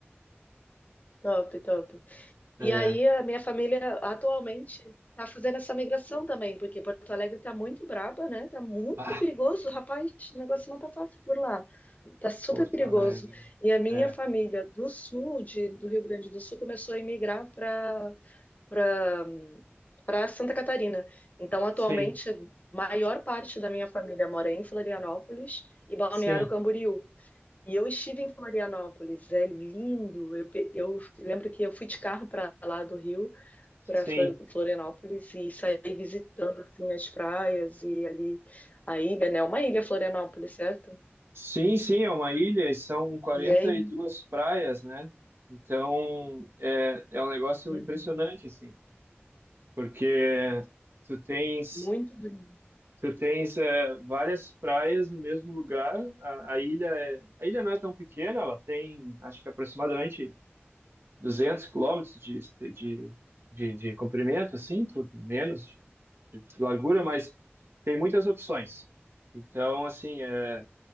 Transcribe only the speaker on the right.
é.
Ah,
Porto
Alegre.
É,
sim,
sim,
sim.
Sim, sim, é uma ilha e são 42
praias, né? Então, é, é um negócio
impressionante, assim, porque tu tens
Tu tens é, várias praias no mesmo lugar. A, a ilha é, a ilha não é tão pequena, ela tem, acho que aproximadamente 200 quilômetros de, de, de, de comprimento, assim, por menos de, de largura, mas tem muitas opções. Então, assim, é,